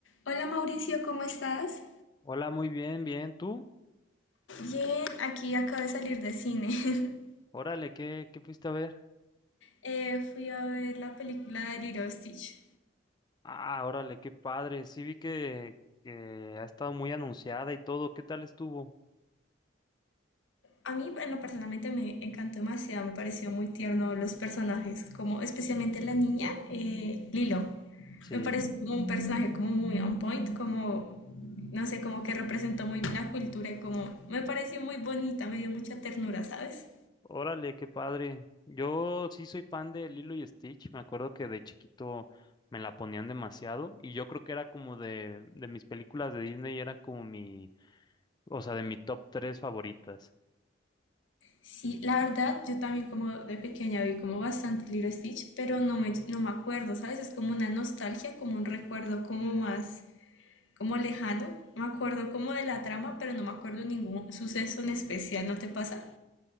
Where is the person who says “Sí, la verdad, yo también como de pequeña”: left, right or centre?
Left